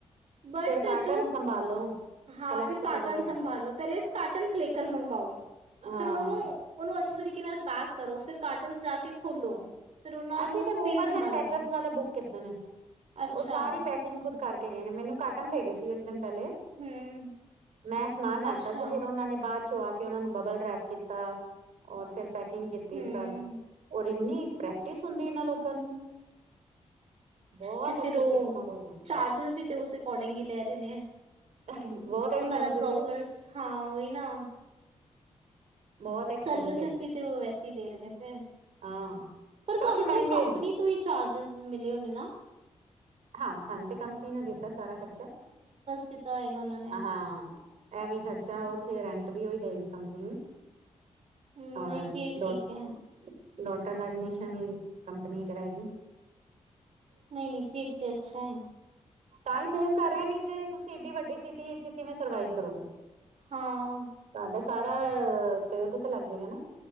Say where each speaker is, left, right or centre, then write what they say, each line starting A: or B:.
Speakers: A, on the right (about 70°); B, on the right (about 85°).
A: ਬਟ
B: ਫੇਰ ਕਾਰਟਨ
A: ਜੋ
B: ਸੰਭਾਲੋ।
A: ਹਾਂ,
B: ਕਲੈਕਟ
A: ਫੇਰ ਕਾਰਟਨ
B: ਕਰੋ
A: ਸੰਭਾਲੋ, ਪੈਲੇ ਕਾਰਟਂਸ ਲੇਕਰ ਮੰਗਵਾਓ,
B: ਹਾਂ
A: ਫੇਰ ਓਨੂੰ ਓਨੂੰ ਅੱਛੇ ਤਰੀਕੇ ਨਾਲ ਪੈਕ ਕਰੋ, ਫੇਰ ਕਾਰਟਂਸ ਜਾ ਕੇ ਖੋਲੋ। ਫਿਰ ਉਹਨਾਂ
B: ਅਸੀ
A: ਨੂੰ
B: ਤੇ ਮੂਵਰਸ
A: ਫੇਰ ਸੰਭਾਲੋ
B: ਐਂਡ ਪੈਕਰਸ ਵਾਲੇ ਬੁੱਕ ਕੀਤੇ ਨੇ,
A: ਅੱਛਾ
B: ਓ ਸਾਰੀ ਪੈਕਿੰਗ ਖੁਦ ਕਰਕੇ ਗਏ ਨੇ, ਮੈਨੂੰ ਕਾਟਨ ਦੇਗੇ ਸੀ ਓ ਏੱਕ ਦਿਨ ਪੈਲੇ
A: ਹੂੰ
B: ਮੈਂ ਸਮਾਨ ਰਾਖਤਾ
A: ਅੱਛਾ
B: ਸੀ, ਫੇਰ ਓਨਾਂ ਨੇ ਬਾਦ ਚੋ ਆ ਕੇ ਕੇ ਓਨਾਂ ਨੂੰ ਬਬਲ ਰੈਪ ਕੀਤਾ, ਔਰ ਫੇਰ ਪੈਕਿੰਗ ਕੀਤੀ‌,
A: ਹੂੰ
B: ਸਭ ਔਰ ਇੰਨੀ ਪ੍ਰੈਕ ਪ੍ਰੈਕਟਿਸ ਹੂੰਦੀ ਇਨਾਂ ਲੋਕਾ ਨੂੰ ਬਹੁਤ
A: ਤੇ ਫੇਰ
B: ਅੱਛੇ
A: ਓ
B: ਤਰੀਕੇ ਨਾਲ ਕਰਦੇ
A: ਚਾਰਜਿਸ ਵੀ ਤੇ ਉਸ ਅਕੋਰਡਿੰਗ ਈ ਲੈ ਰਨੇ ਨੇ।
B: ਨੇ ਬਹੁਤ ਐਕਸਪੈਂਸਿਵ
A: ਓਨਾਂ ਦਾ ਪ੍ਰੋਪਰਸ,
B: ਹੈ
A: ਹਾਂ ਓਈ ਨਾ
B: ਬਹੁਤ ਐਕਸਪੈਂਸਿਵ
A: ਸਰਵਿਸਿਸ ਵੀ ਤੇ ਓ ਵੈਸੇ ਈ ਦੇਰੇ ਨੇ ਫੇਰ
B: ਹਾਂ
A: ਪਰ
B: ਕਾਫੀ
A: ਤੁਹਾਨੂੰ
B: ਮਹਿੰਗੇ
A: ਤੇ ਕੰਪਨੀ ਤੂਈ ਚਾਰਜਿਸ ਮਿਲੇ ਹੁਨੇ ਨਾ
B: ਹਾਂ, ਸਾਨੂੰ ਤੇ ਕੰਪਨੀ ਨੇ ਦਿੱਤਾ ਸਾਰਾ ਖਰਚਾ,
A: ਕੀਤਾ ਹੋਏਗਾ ਉਹਨਾਂ ਨੇ
B: ਆ ਹਾਂ ਐ ਵੀ ਖਰਚਾ ਓਥੇ, ਰੈਂਟ ਵੀ ਓਈ ਦੇਗੀ ਕੰਪਨੀ ਵੀ
A: ਹੂੰ
B: ਹਾਂ
A: ਨਹੀਂ ਫਿਰ ਠੀਕ
B: ਡੋਟ
A: ਹੈ
B: ਡੋਟਰ ਦਾ ਐਡਮਿਸ਼ਨ ਵੀ ਕੰਪਨੀ ਕਰਾਏਗੀ।
A: ਨਈ, ਫੇਰ ਤੇ ਅੱਛਾ ਐ।
B: ਤਾਂਈ ਮੂਵ ਕਰ ਰਏ ਨੇ, ਤੇ ਤੁਸੀ ਏੱਡੀ ਵੱਡੀ ਸਿਟੀ ਇੱਚ ਕਿਵੇਂ ਸਰਵਾਈਵ ਕਰੋਗੇ?
A: ਹਾਂ।
B: ਤਾਡਾ ਸਾਰਾ, ਤੇ ਉਦੇ ਤੇ ਲੱਗ ਜੇਗਾ ਨਾ